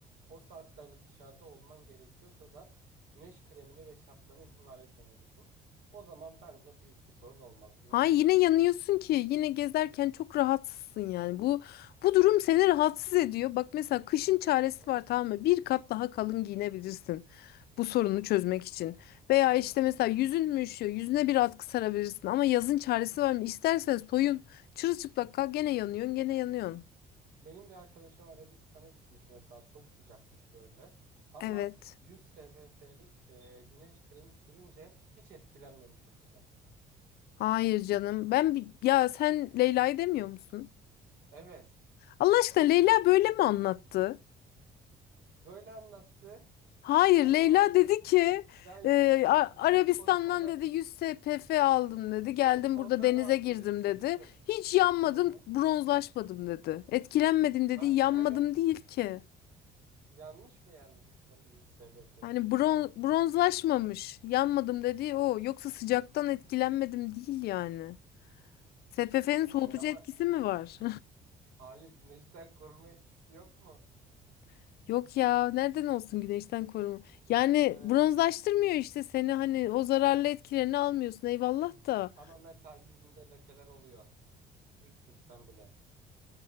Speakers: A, on the right; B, on the left.
A: O saatlerde dışarıda olman gerekiyorsa da güneş kremini ve şapkanı ihmal etmemelisin. O zaman bence büyük bir sorun olmaz. Güneş
B: Hay
A: kremini
B: yine yanıyorsun
A: sürüp dikkat
B: ki yine
A: edersin.
B: gezerken çok rahatsızsın yani. Bu bu durum seni rahatsız ediyor. Bak mesela kışın çaresi
A: Hı hı,
B: var tamam mı? Bir kat daha kalın giyinebilirsin. Bu sorunu
A: hı hı,
B: çözmek için. Veya
A: hı
B: işte
A: hı,
B: mesela yüzün mü üşüyor? Yüzüne bir atkı sarabilirsin. Ama yazın çaresi
A: hı hı.
B: var mı? İstersen soyun. Çırılçıplak kal gene yanıyorsun gene yanıyorsun.
A: Benim bir arkadaşım Arabistan'a gitmiş mesela çok sıcakmış böyle ama
B: Evet.
A: 100 SPF'lik e, güneş kremi sürünce hiç etkilenmemiş o sıcaktan.
B: Hayır canım. Ben bi- ya sen Leyla'yı demiyor musun?
A: Evet
B: Allah aşkına Leyla böyle mi anlattı?
A: böyle anlattı
B: Hayır
A: sen
B: Leyla
A: de vardın
B: dedi ki
A: ben 100
B: e, A-
A: 100 100
B: Arabistan'dan
A: korumalı
B: dedi 100 SPF aldım dedi. Geldim
A: "Heh, ondan
B: burada denize
A: aldım
B: girdim
A: dedi sürdüm.
B: dedi. Hiç yanmadım,
A: Hı hı.
B: bronzlaşmadım dedi. Etkilenmedim dedi.
A: A-
B: Yanmadım
A: evet
B: değil ki.
A: yanmış mı yani 100, ta- 100 SPF'lik
B: Yani
A: şeyden?
B: bron bronzlaşmamış. Yanmadım dedi o. Yoksa sıcaktan etkilenmedim değil yani. SPF'nin
A: Hı hı.
B: soğutucu
A: Ama
B: etkisi mi var?
A: hayır güneşten koruma etkisi yok mu?
B: <laughs> Yok ya, nereden olsun güneşten koruma.
A: Şimdi
B: Yani
A: e,
B: bronzlaştırmıyor işte seni hani o zararlı etkilerini almıyorsun eyvallah da.
A: ama mesela yüzünde lekeler oluyor. Yüz sürsen bile